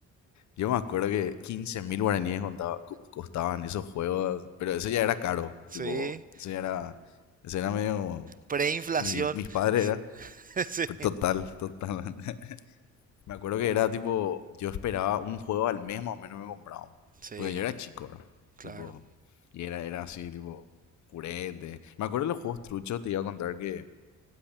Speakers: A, on the left; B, on the right.
A: Yo me acuerdo que quince mil guaraníes contaba- co- costaban esos juegos, pero eso ya era caro,
B: Sí,
A: tipo, eso ya era, eso era medio, como-
B: preinflación.
A: mi- mis padres era,
B: <laughs> Sí,
A: pero total, total. <laughs> Me acuerdo que era tipo, yo esperaba un juego al mes más o menos me compraban,
B: sí,
A: porque yo era chico, ¿verdad?
B: claro.
A: Tipo, y era, era así, tipo, purete. Me acuerdo de los juegos truchos, te iba a contar que